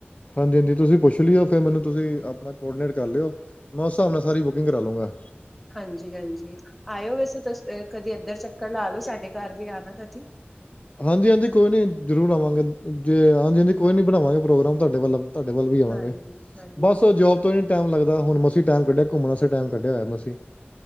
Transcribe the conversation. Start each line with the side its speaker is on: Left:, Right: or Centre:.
Left: ਹਾਂਜੀ ਹਾਂਜੀ ਤੁਸੀਂ ਪੁੱਛ ਲਓ ਫੇਰ ਮੈਨੂੰ। ਤੁਸੀਂ ਆਪਣਾ ਕੋਰਡੀਨੇਟ ਕਰ ਲਿਓ ਮੈਂ ਉਸ ਹਿਸਾਬ ਨਾਲ ਸਾਰੀ ਬੁਕਿੰਗ ਕਰਾ ਲੂੰਗਾ।
Centre: ਹਾਂਜੀ ਹਾਂਜੀ ਆਇਓ ਵੈਸੇ ਤੁ ਕਦੀ ਇੱਧਰ ਚੱਕਰ ਲਾ ਲਓ ਸਾਡੇ ਘਰ ਵੀ ਆਣਾ ਕਦੀ।
Left: ਹਾਂਜੀ ਹਾਂਜੀ ਕੋਈ ਨਹੀਂ ਜ਼ਰੂਰ ਆਵਾਂਗੇ ਜੇ ਹਾਂਜੀ ਹਾਂਜੀ ਕੋਈ ਨਹੀਂ ਬਣਾਵਾਂਗੇ ਪ੍ਰੋਗਰਾਮ ਤੁਹਾਡੇ ਵੱਲ। ਤੁਹਾਡੇ ਵੱਲ ਵੀ ਆਵਾਂਗੇ
Centre: ਹਾਂਜੀ ਹਾਂਜੀ
Left: ਬਸ ਉਹ ਜੋਬ ਤੋਂ ਹੀ ਟਾਈਮ ਲੱਗਦਾ। ਹੁਣ ਮਸੀ ਟਾਈਮ ਕੱਢਿਆ ਘੁੰਮਣਸ ਟਾਈਮ ਕੱਢਿਆ ਹੋਇਆ ਮਸੀ।